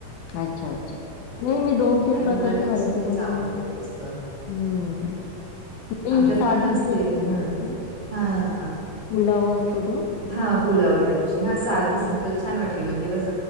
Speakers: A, on the left; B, on the right.
A: अच्छा अच्छा नाही मी दोन तीन
B: आणि
A: प्रकारची
B: मुलांना
A: व्हरायटी
B: कसं तेच
A: मध्ये
B: आवडतं
A: बघते हम्म
B: जास्त
A: नाही
B: आमच्यात
A: ही साधी
B: पण असते
A: बिर्याणी
B: हा
A: आमची
B: हा
A: पुलावा असतो तो
B: हा पुलाव टाईपची हा साधी
A: हम्म.
B: सिम्पल छान वाटली म्हणजे कस